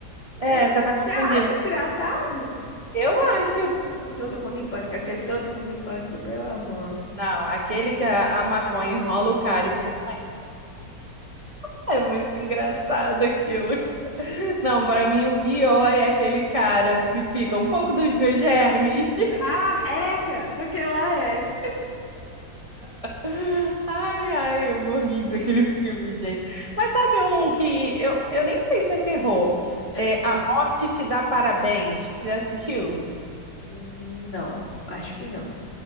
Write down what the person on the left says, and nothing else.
É,
você acha engraçado?
Demais, Com todo mundo em pânico, aquele todo mundo em pânico, pelo amor.
Embora.
Ah, Eca! Aquela é,
menina.
É
qual?
Hum, Não, acho que não.